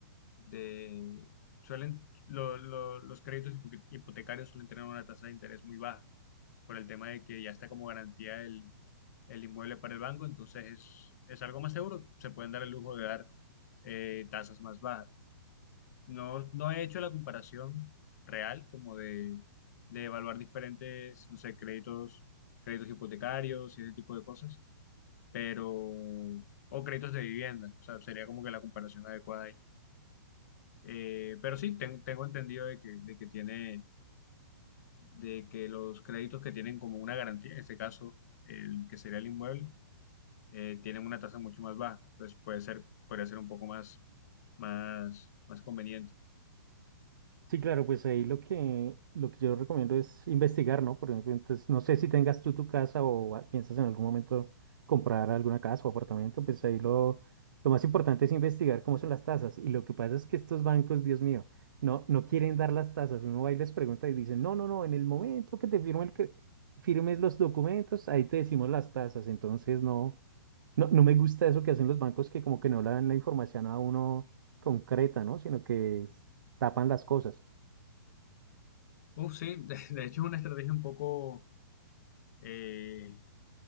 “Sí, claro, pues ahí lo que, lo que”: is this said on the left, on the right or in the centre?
Right